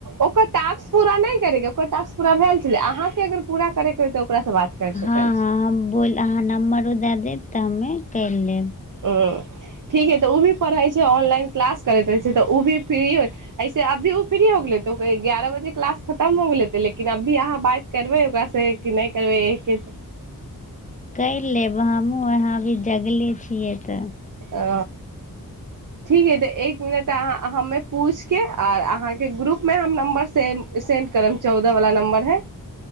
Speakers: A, on the right; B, on the left.
A: ओकर टास्क पूरा नय करैके ओकर टास्क पूरा भैल छलै अहाँकेँ अगर पूरा करैके होइ त ओकरासँ बात करि
B: हँ- हँ
A: सकल छी
B: हम बोल अहाँ नम्बरो दए देब त हमे करि लेब।
A: उ ठीक हइ त उ भी पढ़ै छैय ऑनलाइन क्लास करैत रहै छैय त उ भी फ्री हो ऐसे अभी उ फ्री हो गेल होते ग्यारह बजे क्लास खतम हो गेल होते लेकिन अभी अहाँ बात करबै ओकरासँ कि नहि करबै एके
B: करि लेब हमूँ ओना अभी जगले छियै त।
A: अ ठीक अइ त एक मिनट अहाँ हमे पूछिके आओर अहाँके ग्रुपमे हम नम्बर से सेन्ड करब चौदहवला नम्बर हइ।